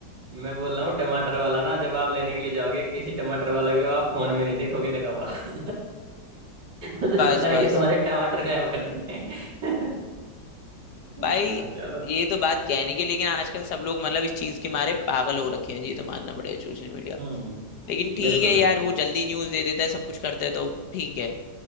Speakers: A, on the right; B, on the left.
A: मैं बोल रहा हूँ टमाटर वाला ना जब आप लेने के लिए जाओगे किसी टमाटर वाले को आप फोन में नहीं देखोगे लगा हुआ <laughs> उसे
B: बस
A: पता है
B: बस
A: कि तुम्हारे टमाटर गायब कर देंगे <laughs> हाँ,
B: भाई
A: चलो
B: ये तो बात कहने की लेकिन आजकल सब लोग मतलब इस चीज के मारे पागल हो रखे हैं ये तो मानना पड़ेगा सोशल मीडिया
A: हम्म
B: लेकिन ठीक
A: बिल्कुल
B: है
A: बिल्कुल
B: यार वो जल्दी न्यूज दे देता है सब कुछ करता है तो ठीक है